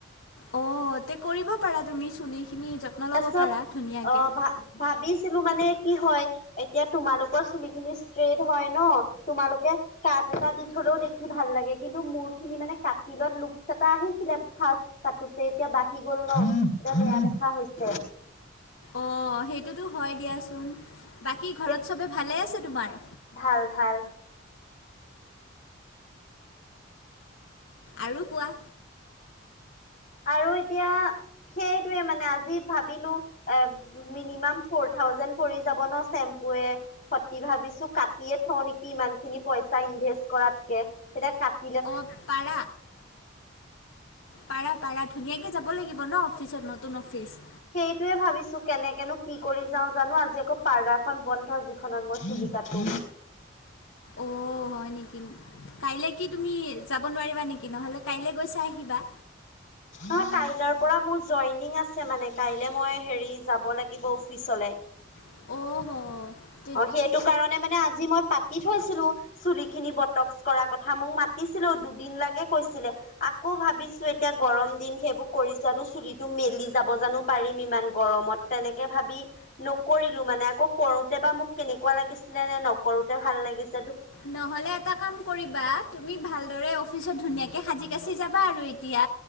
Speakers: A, on the left; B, on the left.
A: অহ তে কৰিব পাৰা তুমি চুলিখিনি যত্ন
B: তাৰপিছত
A: লব পাৰা ধুনীয়াকে
B: অ ভা ভাবিছিলো মানে কি হয়। এতিয়া তোমালোকৰ চুলি খিনি ষ্ট্ৰেইট হয় নহ, তোমালোকে কাট এটা দি থলেও দেখি ভাল লাগে। কিন্তু মোৰ খিনি মানে কাটিলত লুকচ এটা আহিছিলে ফাৰ্ষ্ট কাটোতে এতিয়া বাঢ়ি গল নহ, এতিয়া বেয়া দেখা হৈছে।
A: অ সেইটোতো হয় দিয়াচোন। বাকী ঘৰত
B: এ
A: চবে ভালে আছে তোমাৰ
B: ভাল ভাল।
A: আৰু কোৱা।
B: আৰু এতিয়া সেইটোৱে মানে আজি ভাবিলো। এহ মিনিমাম ফৰ থাউজেণ্ড পৰি যাব নহ চেম্পু এহ। সতি ভাবিছো কাটিয়ে থওঁ নেকি ইমান খিনি পইচা ইনভেষ্ট কৰাতকে। এতিয়া কাটি
A: অহ পাৰা। পাৰা পাৰা ধুনীয়াকে যাব লাগিব ন অফিচত নতুন অফিচ
B: সেইটোয়ে ভাবিছো কেনেকেনো কি কৰি যাও জানো আজি আকৌ পাৰ্লাৰ খন বন্ধ সেইখনত মই চুলি কাটো।
A: অ হয়, নেকি! কাইলৈ কি তুমি যাব নোৱাৰিবা নেকি নহ'লে কাইলৈ গৈ চাই আহিবা।
B: অ কাইলৰ পৰা মোৰ জইনিং আছে। মানে কাইলে মই হেৰি যাব লাগিব অফিচলৈ।
A: অ'হ।
B: অ সেইটো কাৰণে মানে আজি মই পাতি থৈছিলো। চুলি খিনি বটক্ কৰাৰ কথা মোক মাতিছিলে দুদিন লৈকে কৈছিলে। আকৌ ভাবিছো এতিয়া গৰম দিন সেইবোৰ কৰিছো আৰু চুলিটো মেলি যাব জানো পাৰিম ইমান গৰমত। তেনেকে ভাবি নকৰিলো মানে আকৌ কৰো। তেতিয়াবা মোক কেনেকুৱা লাগিছিলে নে নকৰোতে ভাল লাগিছিল।
A: নহলে এটা কাম কৰিবা তুমি ভালদৰে অফিচত ধুনীয়াকে সাজি। কাচি যাবা আৰু এতিয়া